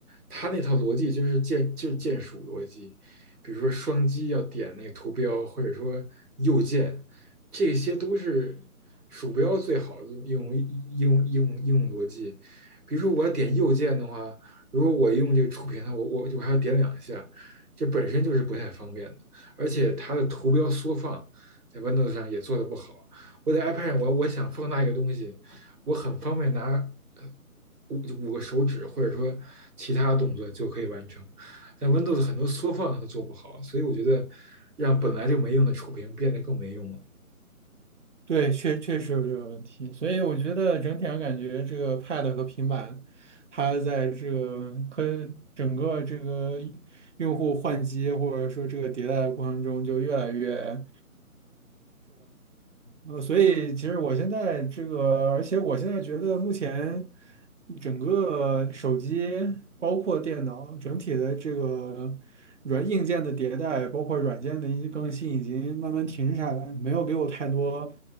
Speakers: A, on the right (about 80°); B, on the right (about 55°).
A: 它那套逻辑就是键就是键鼠逻辑，比如说双击要点那个图标，或者说右键，这些都是鼠标最好的应用应用应用应用逻辑。比如说我要点右键的话，如果我用这个触屏的，我我我还要点两下，这本身就是不太方便的，而且它的图标缩放在 Windows 上也做的不好。我在 iPad 上我我想放大一个东西。我很方便拿呃五五个手指或者说其他动作就可以完成。但 Windows 很多缩放它都做不好，所以我觉得让本来就没用的触屏变得更没用了。
B: 对，确确实有这个问题，所以我觉得整体上感觉这个 Pad 和平板，它在这个科整个这个用户换机或者说这个迭代的过程中，就越来越呃，所以其实我现在这个，而且我现在觉得目前整个手机包括电脑整体的这个软硬件的迭代，包括软件的一些更新，已经慢慢停滞下来，没有给我太多